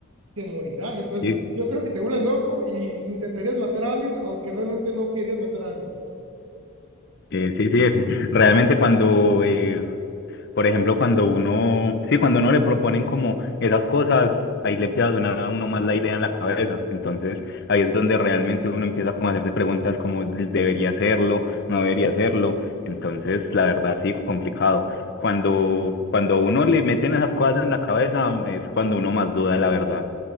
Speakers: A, on the right (about 75°); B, on the left (about 50°).
A: te morirá. Entonces,
B: Sí,
A: yo creo que te vuelves loco y intentarías matar a alguien, aunque realmente no querías matar a alguien.
B: eh, sí, sí. <laughs> Realmente cuando eh, Por ejemplo, cuando uno, sí, cuando uno le proponen como esas cosas, ahí le empieza a sonar a uno más la idea en la cabeza. Entonces, ahí es donde realmente uno empieza como a hacerse preguntas como debería hacerlo, no debería hacerlo. Entonces, la verdad, sí, complicado. Cuando, cuando a uno le meten esas cosas en la cabeza, es cuando uno más duda, la verdad.